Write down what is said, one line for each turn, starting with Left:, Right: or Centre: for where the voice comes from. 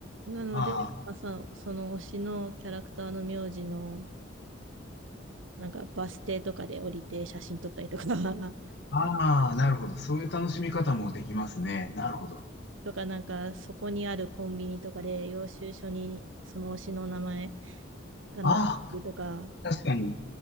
Right: なので、
Left: あ
Right: まあ、さ、その推しのキャラクターの名字の、なんかバス停とかで降りて写真撮ったりとか、<laughs>
Left: あ、
Right: た
Left: ああ、なるほど。そういう楽しみ方もできますね。なるほど。
Right: とかなんかそこにあるコンビニとかで領収書にその推しの名前が載ってたりとか、
Left: ああ、確かに。